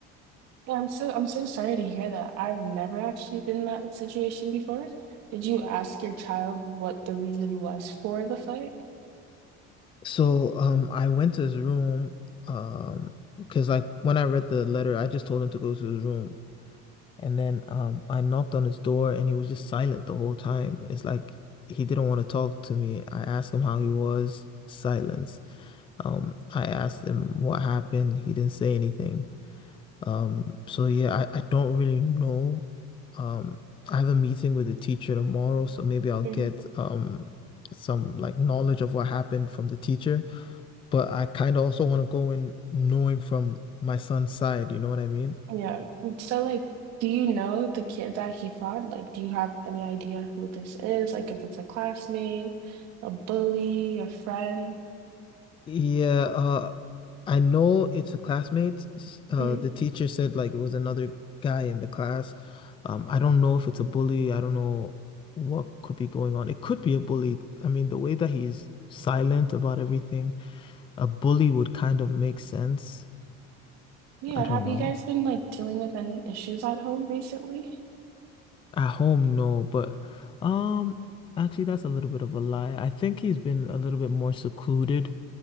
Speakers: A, on the right; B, on the left.
A: Yeah, I'm so I'm so sorry to hear that. I've never actually been in that situation before. Did you ask your child what the reason was for the fight?
B: so um I went to his room um because like when I read the letter I just told him to go to his room And then um, I knocked on his door and he was just silent the whole time. It's like he didn't want to talk to me. I asked him how he was, silence. Um, I asked him what happened. He didn't say anything. Um, so yeah, I, I don't really know. Um, I have a meeting with the teacher tomorrow, so maybe I'll
A: Mhm.
B: get um, some like knowledge of what happened from the teacher. But I kind of also want to go in knowing from my son's side, you know what I mean?
A: Yeah. So like, do you know the kid that he fought? Like, do you have any idea who this is? Like, if it's a classmate, a bully, a friend?
B: Yeah, uh, I know it's a classmate. S- Uh,
A: Mhm.
B: the teacher said like it was another guy in the class. Um, I don't know if it's a bully. I don't know what could be going on. It could be a bully. I mean, the way that he's silent about everything, a bully would kind of make sense.
A: Yeah.
B: I don't
A: Have
B: know.
A: you guys been like dealing with any issues at home recently?
B: At home, no, but um, actually, that's a little bit of a lie. I think he's been a little bit more secluded.